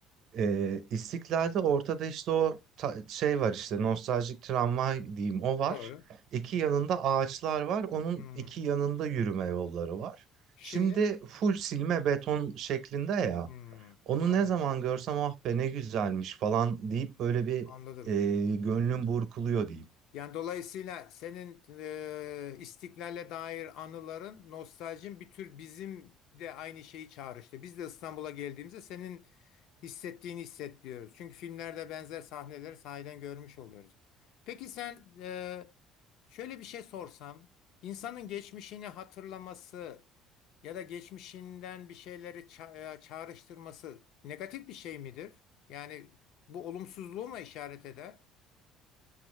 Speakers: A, on the right; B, on the left.
A: Ee, istiklalde ortada işte o ta- şey var işte nostaljik tramvay diyeyim o var
B: doğru.
A: iki yanında ağaçlar var onun
B: Hmm.
A: iki yanında yürüme yolları var
B: Şimdi
A: şimdi full silme beton şeklinde ya
B: hmm,
A: onu
B: anladım.
A: ne zaman görsem ah be ne güzelmiş falan deyip böyle bir
B: Anladım.
A: e, gönlüm burkuluyor diyeyim.
B: Yani dolayısıyla senin e, İstiklal'e dair anıların, nostaljin bir tür bizim de aynı şeyi çağrıştı. İşte Biz de İstanbul'a geldiğimizde senin hissettiğini hisset diyoruz. Çünkü filmlerde benzer sahneleri sahiden görmüş oluyoruz. Peki sen e, şöyle bir şey sorsam, insanın geçmişini hatırlaması ya da geçmişinden bir şeyleri ça- e, çağrıştırması negatif bir şey midir? Yani bu olumsuzluğu mu işaret eder?